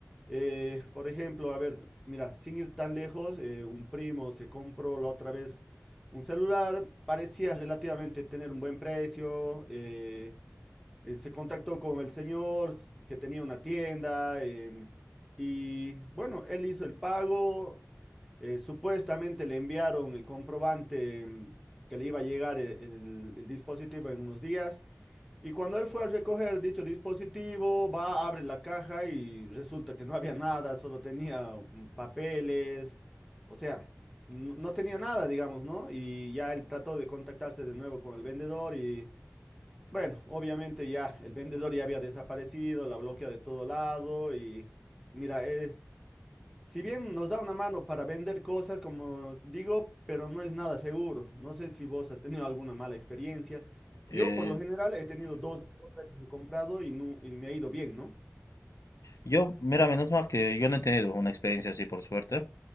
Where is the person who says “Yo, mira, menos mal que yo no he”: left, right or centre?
Left